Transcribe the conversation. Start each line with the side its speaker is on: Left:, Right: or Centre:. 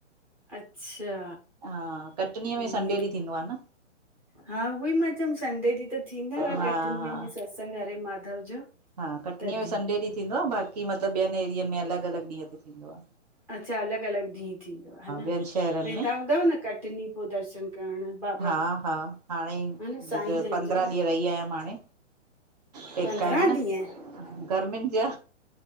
Centre: अच्छा।
Right: हा, कटनीअ में
Centre: ईअं
Right: संडे ॾीहं थींदो आ न।
Centre: हा उहो ई मां चयमि संडे ॾींहुं त थींदो आ
Right: हा
Centre: कटनीअ
Right: हा
Centre: में सत्संग हरे माधव जो।
Right: हा कटनीअ
Centre: तॾहिं
Right: में संडे ॾींहुं थींदो आ बाक़ी मतिलबु ॿियनि एरियनि में अलॻि -अलॻि ॾींहं ते थींदो आ।
Centre: अच्छा, अलॻि -अलॻि जी। ठीक आ न,
Right: ॿियनि शहरनि
Centre: वेंदा
Right: में
Centre: हूंदव न कटनी पो दर्शन करण बाबा?
Right: हा हा हाणे
Centre: न साईं जन
Right: पंद्रहं
Centre: जो
Right: ॾींह ते रही आयमि हाणे, पेका
Centre: पंद्रहं
Right: आहिनि न
Centre: ॾींहं
Right: गर्मियुनि जा